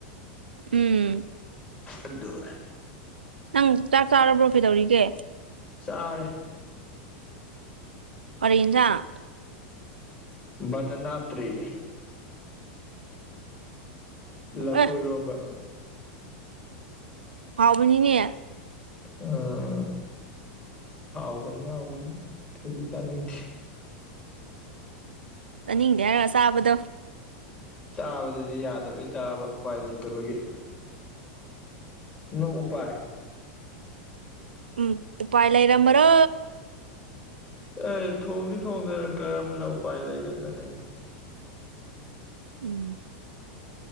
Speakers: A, on the right; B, on the left.
A: ꯎꯝ
B: ꯑꯗꯨꯅꯤ
A: ꯅꯪ ꯆꯥꯛ ꯆꯥꯔꯕ꯭ꯔꯣ ꯀꯩꯗꯧꯔꯤꯒꯦ?
B: ꯆꯥꯔꯦ
A: ꯀꯔꯤ ꯏꯟꯖꯥꯡ?
B: ꯕꯅꯅꯥ ꯇ꯭ꯔꯤ ꯂ
A: ꯑꯦ
B: ꯄꯨꯨ ꯑꯣꯏꯔꯣꯝꯕ
A: ꯍꯥꯎꯕꯅꯤꯅꯦ
B: ꯎꯝ ꯍꯥꯎꯕꯅꯤ ꯍꯥꯎꯕꯅꯤ ꯑꯩꯗꯤ ꯆꯥꯅꯤꯡꯗꯦ
A: ꯆꯥꯅꯤꯡꯗꯦ ꯍꯥꯏꯔꯒ ꯆꯥꯕꯗꯣ
B: ꯆꯥꯕꯗꯗꯤ ꯌꯥꯗꯕꯩ ꯆꯥꯕ ꯎꯄꯥꯏ ꯂꯩꯇꯕꯒꯤ ꯅꯣ ꯎꯄꯥꯏ
A: ꯎꯝ ꯄꯥꯏ ꯂꯩ ꯏꯔꯝꯕꯔꯣ
B: ꯑꯦ ꯊꯣꯡꯗꯤ ꯊꯣꯡꯗꯅ ꯀꯔꯝꯅ ꯎꯄꯥꯏ ꯂꯩꯒꯗ꯭ꯔꯅꯦ
A: ꯎꯝ